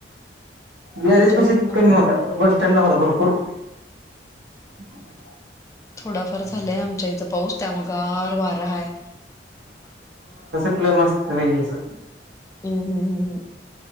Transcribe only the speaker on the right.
गरेज
पशी
कमी होता बस स्टँड ला होता भरपूर <unintelligible>
लय मस्तपैकी असं,